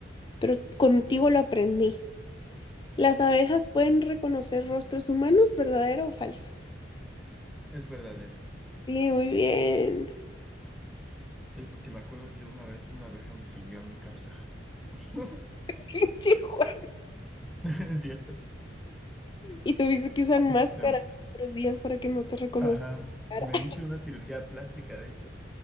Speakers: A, on the left (about 25°); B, in the centre.
A: pero contigo lo aprendí. Las abejas pueden reconocer rostros humanos, ¿verdadero o falso?
B: Es verdadero.
A: Sí, muy bien.
B: Sí, porque me acuerdo que una vez una abeja me siguió a mi casa. <laughs>
A: <laughs> Chihuahua.
B: Es cierto.
A: Y tuviste que usar máscara
B: Este,
A: otros días para que no te reconozcan.
B: ajá,
A: la
B: me
A: cara. <laughs>
B: hice una cirugía plástica, de hecho,